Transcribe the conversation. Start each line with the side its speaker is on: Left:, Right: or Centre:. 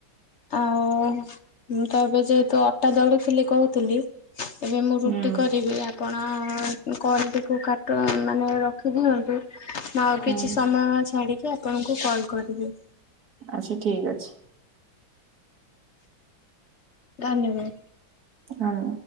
Left: ଆଉ ମୁଁ ତ ଏବେ ଯେହେତୁ ଅଟା ଦଳୁଥିଲି କହୁଥିଲି। ଏବେ ମୁଁ ରୁଟି
Right: ହୁଁ
Left: କରିବି ଆପଣ କଲ୍ ଟିକୁ କାଟି ମାନେ ରଖିଦିଅନ୍ତୁ ମୁ ଆଉ
Right: ହୁଁ
Left: କିଛି ସମୟ ଛାଡ଼ିକି ଆପଣଙ୍କୁ କଲ୍ କରିବି।
Right: ଆଛା ଠିକ ଅଛି।
Left: ଧନ୍ୟବାଦ।
Right: ହଁ